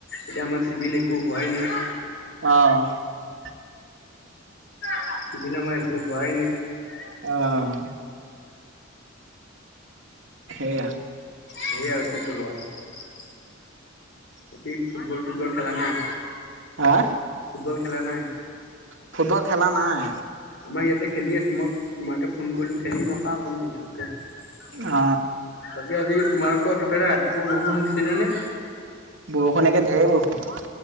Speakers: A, on the left; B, on the right.
A: এতিয়া আমাৰ চিভিল একো হোৱাই নাই।
B: অ'
A: <unintelligible>
B: অ' সেইয়া।
A: সেই আৰু কি কবা আৰু। বাকি ফুটবল চুটবল খেলা নাই?
B: হা
A: ফুটবল খেলা নাই?
B: ফুটবল খেলা নাই।
A: আমাৰ ইয়াতে খেলি আছোঁ, মই তোমাকে ফোন কৰিলো খেলিম ৰখা অকণ পিছতকে। তাকে
B: অ
A: আজি তোমালোকৰ সেইপিনে ৰাতিপুৱা বৰষুণ দিছিলে নে?
B: বৰষু, একে ধেৰ বৰষুণ।